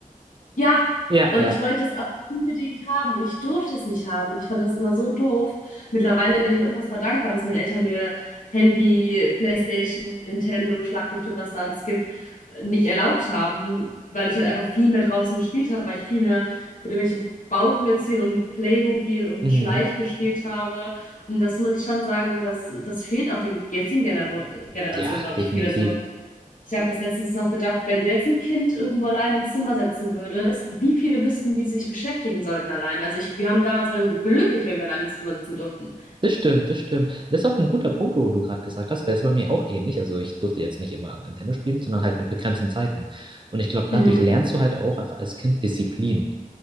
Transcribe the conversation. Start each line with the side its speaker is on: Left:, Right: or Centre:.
Left: Ja,
Right: Ja,
Left: und
Right: ja.
Left: ich wollte es auch unbedingt haben und ich durfte es nicht haben und ich fand das immer so doof. Mittlerweile bin ich unfassbar dankbar, dass meine Eltern mir Handy, PlayStation, Nintendo, schlag mich tot, was da alles gibt, äh, nicht erlaubt haben, weil ich halt einfach viel mehr draußen gespielt habe, weil ich viel mehr mit irgendwelchen Bauklötzchen und Playmobil und
Right: Mhm.
Left: Schleich gespielt habe. Und das muss ich schon sagen, dass das fehlt auch den jetzigen Gener Generationen,
Right: Ja,
Left: glaube
Right: definitiv.
Left: ich, viel. Also ich habe das letztens noch gedacht, wenn du jetzt ein Kind irgendwo allein ins Zimmer setzen würdest, wie viele wüssten, wie sie sich beschäftigen sollten allein? Also ich, wir haben damals waren glücklich, wenn wir allein ins Zimmer sitzen durften.
Right: Das stimmt, das stimmt. Das ist auch ein guter Punkt, wo du gerade gesagt hast, weil es bei mir auch ähnlich. Also ich durfte jetzt nicht immer Nintendo spielen, sondern halt mit begrenzten Zeiten. Und ich glaube, dadurch
Left: Mhm.
Right: lernst du halt auch einfach als Kind Disziplin.